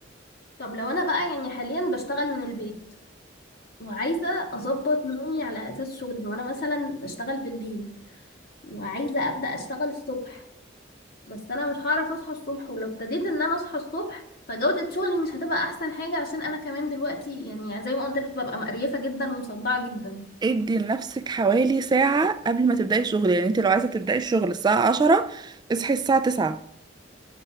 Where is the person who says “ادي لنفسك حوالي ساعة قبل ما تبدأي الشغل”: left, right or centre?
Right